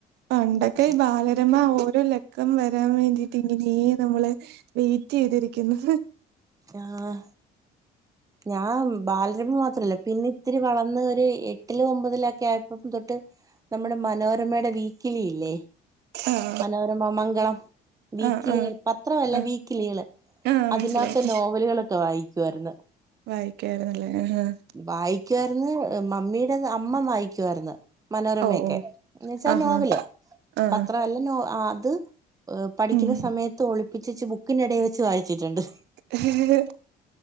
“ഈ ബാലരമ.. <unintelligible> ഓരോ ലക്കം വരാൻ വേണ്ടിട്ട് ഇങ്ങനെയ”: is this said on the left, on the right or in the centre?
Right